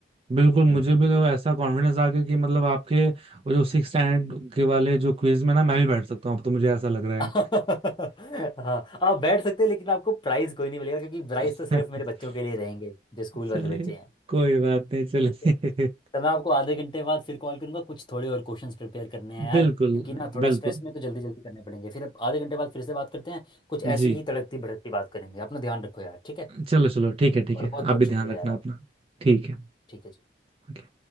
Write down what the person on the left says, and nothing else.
हम्म
<laughs> हाँ आप बैठ सकते हैं लेकिन आपको प्राइज़ कोई नहीं मिलेगा क्योंकि प्राइज़
तो सिर्फ
मेरे बच्चों के लिए रहेंगे जो स्कूल वाले
बच्चे हैं
ठीक है तो मैं आपको आधे घंटे बाद फिर कॉल करूंगा कुछ थोड़े और क्वेश्चंस प्रिपेयर
करने हैं यार
क्योंकि ना थोड़ा
स्ट्रेस में तो जल्दी जल्दी करने पड़ेंगे फिर अब आधे घंटे बाद फिर से बात करते हैं कुछ
ऐसी ही तड़कती भड़कती बात करेंगे अपना ध्यान रखो यार ठीक है
और
बहुत
बहुत
शुक्रिया
यार आपका
ठीक है जी